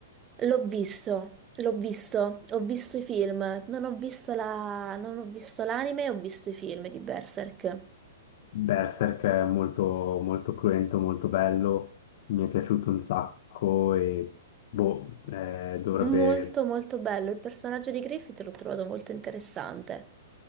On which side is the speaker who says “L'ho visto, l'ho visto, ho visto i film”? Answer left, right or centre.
Right